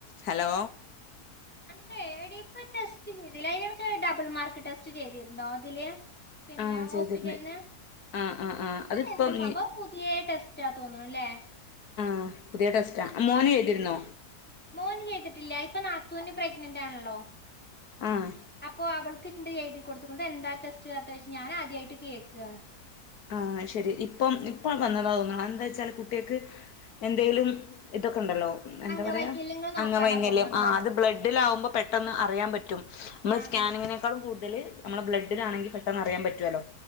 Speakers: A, on the left (about 70°); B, in the centre.
A: Hello
B: അന ഇപ്പ test ചെയ്തില്ല അ എനക്ക് ഡബിൾ മാർക്ക് ടെസ്റ്റ് ചെയ്തിരുന്നോ തില് പിന്നെ
A: ആഹ്
B: ഹോസ്പിറ്റലിന്ന്
A: ചെയ്തിരുന്ന് ആഹ് ആഹ് ആഹ് അതിപ്പം
B: അത് എന്താ സംഭവം പുതിയ ടെസ്റ്റാ തോന്ന്ണു ലേ
A: ആഹ് പുതിയ ടെസ്റ്റ ആഹ് മോനെ ചെയ്തിരുന്നോ
B: മോന് ചെയ്തിട്ടില്ല ഇപ്പൊ നാത്തുന് പ്രഗ്നന്റ് ആണല്ലോ
A: ആഹ്
B: അപ്പൊ അവൾ ക്ക്ണ്ട് എഴുതി കൊടുത്ത് കൊണ്ട് എന്താ ടെസ്റ്റ് ആതായ്ച്ച് ഞാൻ ആദ്യായ്ട്ട് കേക്കാണ്
A: ആഹ് ശരി ഇപ്പം ഇപ്പം വന്നതാണ് തോന്നുന്നത് എന്താച്ചാല് കുട്ട്യേക്ക് എന്തേലും ഇതൊക്കെണ്ടല്ലോ എന്താ
B: അംഗവൈകല്യങ്ങൾ
A: പറയാ
B: നോക്കാനാ
A: അങ്ങ വൈകല്യം
B: തോന്നുണുണ്ട്ല്ലേ
A: ആ അത് ബ്ലഡിലാവുമ്പോ പെട്ടെന്ന് അറിയാൻ പറ്റും നമ്മള്
B: ആഹ്
A: സ്കാനിങ്ങിനേക്കാൾ
B: ആഹ്
A: കൂടുതൽ നമ്മളെ ബ്ലഡിലാണെങ്കി പെട്ടെന്ന് അറിയാൻ പറ്റുവല്ലോ